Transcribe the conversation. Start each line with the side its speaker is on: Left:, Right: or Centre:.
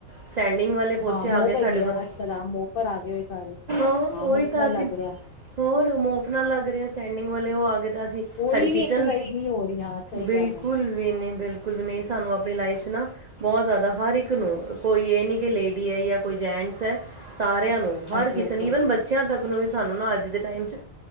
Right: ਸਟੈਂਡਿੰਗ ਵਾਲੇ ਪੋਚੇ
Left: ਹਾਂ ਮੋਪ
Right: ਆ ਗਏ
Left: ਹੈੈਗੇ
Right: ਸਾਡੇ ਕੋਲ
Left: ਆ, ਅੱਜ-ਕੱਲ ਆ ਮੋਪ੍ਹਰ ਆ ਗਏ ਹੋਏ ਸਾਰੇ।
Right: ਉਹੀ
Left: ਹਾਂ, ਮੋਪ
Right: ਤਾਂ
Left: ਨਾਲ
Right: ਅਸੀਂ
Left: ਲੱਗ ਰਿਹਾ।
Right: ਹੋਰ, ਮੋਪ ਨਾਲ ਲੱਗ ਰਿਹਾ ਸਟੈਂਡਿੰਗ ਵਾਲੇ ਉਹ ਆ ਗਏ ਤਾਂ ਅਸੀਂ
Left: ਕੋਈ
Right: ਸਾਡੀ
Left: ਵੀ
Right: ਕਿਚਨ
Left: ਐਕਸਰਸਾਈਜ਼ ਨਹੀਂ ਹੋ ਰਹੀ ਹਾਂ ਸਹੀ
Right: ਬਿਲਕੁਲ
Left: ਗੱਲ ਹੈ
Right: ਵੀ ਨਹੀ, ਬਿਲਕੁਲ ਵੀ ਨਹੀਂ, ਸਾਨੂੰ ਆਪਣੀ ਲਾਈਫ'ਚ ਨਾ ਬਹੁਤ ਜ਼ਿਆਦਾ, ਹਰ ਇੱਕ ਨੂੰ। ਕੋਈ ਇਹ ਨਹੀ ਕਿ, ਲੇਡੀ ਹੈ ਯਾ ਕੋਈ ਜੈਂਟਸ ਐ। ਸਾਰਿਆਂ ਨੂੰ, ਹਰ
Left: ਹਾਂਜੀ
Right: ਕਿਸੇ
Left: ਹਾਂਜੀ
Right: ਨੂੰ
Left: ਹਾਂਜੀ
Right: ਈਵਨ ਬੱਚਿਆਂ ਤੱਕ ਨੂੰ ਵੀ ਸਾਨੂੰ ਨਾ, ਅੱਜ ਦੇ ਟਾਈਮ'ਚ